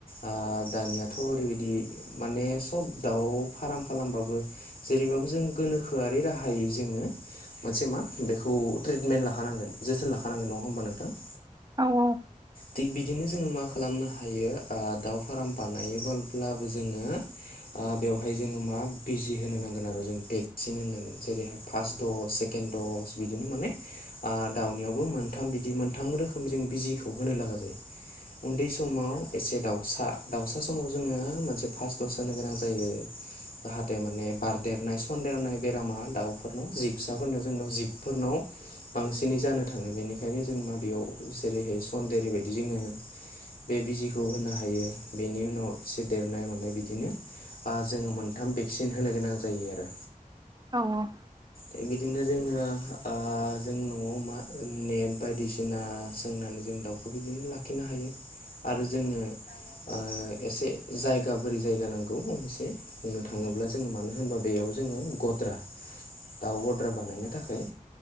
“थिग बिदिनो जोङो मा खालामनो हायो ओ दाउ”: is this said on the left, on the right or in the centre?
Left